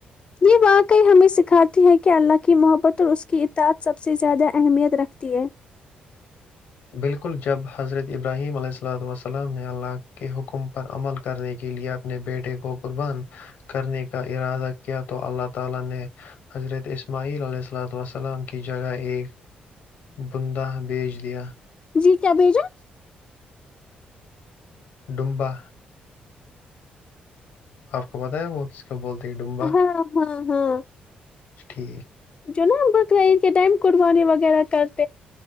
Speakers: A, on the left; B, on the left.
A: یہ واقعی ہمیں سکھاتی ہے کہ اللہ کی محبت اور اس کی اطد سب سے زیادہ اہمیت رکھتی ہے
B: بالکل جب حضرت ابراہیم علیہ اللا وسلام نے اللہ کے حکم پر عمل کرنے کے لیئے اپنے بیٹے کو قربان کرنے کا ارادہ کیا تو اللہ تعالی نے حضرت اسماعیل علیہ السل وسلام کی جگہ ایک بندہ بیچ دیا
A: جی کیا بیجا
B: ڈمبا آپ کو بت ہے وہ س بولتے ڈومبا
A: ہاں ہاں ہاں
B: ٹھیک
A: جو نا بکر ان کے ٹائم قربانی وغیرہ کا <inaudible>